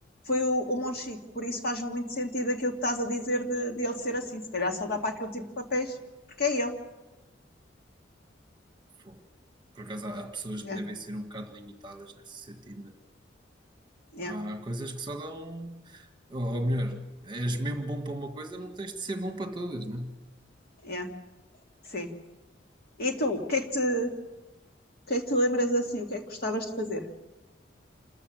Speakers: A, on the left; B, on the right.
A: Foi o, o Monchique, por isso faz muito sentido aquilo que estás a dizer de, de ele ser assim. Se calhar só dá para aquele tipo de papéis, porque é ele.
B: Fogo. Por acaso há, há pessoas
A: Yeah,
B: que devem ser um bocado limitadas nesse sentido, né?
A: yeah,
B: Há coisas que só dão. um, Ou, ou melhor, és mesmo bom para uma coisa, não tens de ser bom para todas, né?
A: yeah. Sim. E tu, o que é que te, o que é que te lembras assim? O que é que gostavas de fazer?